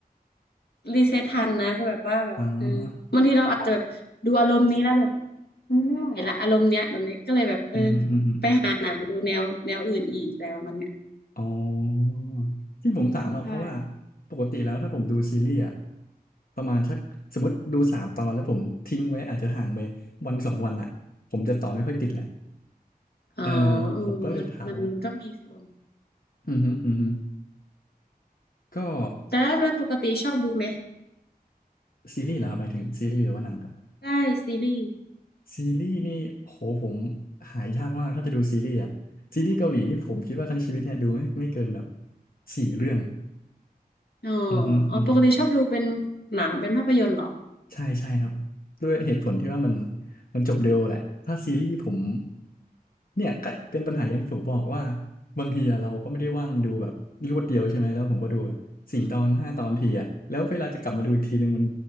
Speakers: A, on the left (about 85°); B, on the left (about 65°).
A: รีเซ็ตทันนะก็แบบว่าแบบเออบางทีเราอาจจะแบบดูอารมณ์นี้แล้วแบบ
B: อ่า
A: เออไม่ไหวละอารมณ์เนี้ยแบบเนี้ยก็เลยแบบเออ
B: อืมฮึอืมฮึ
A: หาหนังดูแนวแนวอื่นอีกอะไรประมาณเนี้ย
B: อ๋อที่ผมถามอ่ะเพราะว่า
A: ใช่
B: ปกติแล้วถ้าผมดูซีรีส์อ่ะประมาณสักสมมติดูสามตอนแล้วผมทิ้งไว้อาจจะห่างไปวันสองวันอ่ะผมจะต่อไม่ค่อยติดแหละ
A: อ๋อ
B: เออ
A: เออมันมันมันก็มีส่วน
B: ผมก็เลยถามว่าอือฮึอือฮึก็
A: แต่แล้วแล้วปกติชอบดูไหม
B: ซีรีส์เหรอครับหมายถึงซีรีส์หรือว่าหนังครับ
A: ได้ซีรีส์
B: ซีรีส์นี่โหผมหายากมากถ้าจะดูซีรีส์อะซีรีส์เกาหลีนี่ผมคิดว่าทั้งชีวิตเนี่ยดูไม่ไม่เกินแบบสี่เรื่อง
A: อ๋อ
B: อือฮึอือฮึ
A: อ๋อปกติชอบดูเป็นหนังเป็นภาพยนตร์เหรอ
B: ใช่ใช่ครับด้วยเหตุผลที่ว่ามันมันจบเร็วแหละถ้าซีรีส์ผมเนี่ยก็เป็นปัญหาอย่างที่ผมบอกว่าบางทีอะเราก็ไม่ได้ว่างดูแบบรวดเดียวใช่ไหมแล้วผมก็ดูแบบสี่ตอนห้าตอนทีอะแล้วเวลาจะกลับมาดูอีกทีนึงมัน
A: อืม